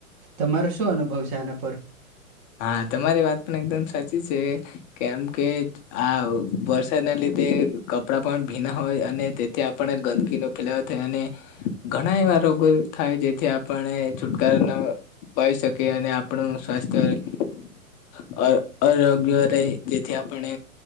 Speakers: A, on the right (about 30°); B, on the left (about 20°).
A: તમારો શું અનુભવ છે આના પર
B: હા તમારી વાત પણ એકદમ સાચી છે કેમ કે આ વરસાદના લીધે કપડાં પણ ભીના હોય અને તેથી આપણે ગંદકીનો ફેલાવે ઘણા એવા રોગો થાય જેથી આપણે છુટકારા બય શકે અને આપણું સ્વાસ્થ્ય અ અરોગ્ય ર જેથી આપણે